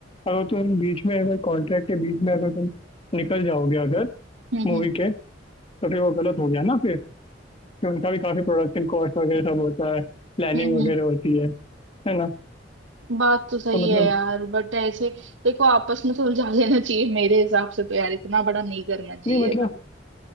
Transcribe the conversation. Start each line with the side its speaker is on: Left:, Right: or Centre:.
Left: अगर तुम बीच में अगर कॉन्ट्रैक्ट के बीच में अगर तुम निकल जाओगे अगर
Right: हम्म
Left: मूवी
Right: हम्म
Left: के तो फिर वो गलत हो गया ना फिर कि उनका भी काफी प्रोडक्शन कॉस्ट वगैरह सब होता है प्लानिंग
Right: हम्म
Left: वगैरह
Right: हम्म
Left: होती है है ना
Right: बात तो सही
Left: तो मतलब
Right: है यार बट ऐसे देखो आपस में सुलझा <laughs> लेना चाहिए मेरे हिसाब से तो यार इतना बड़ा नहीं करना चाहिए
Left: नहीं मतलब
Right: बट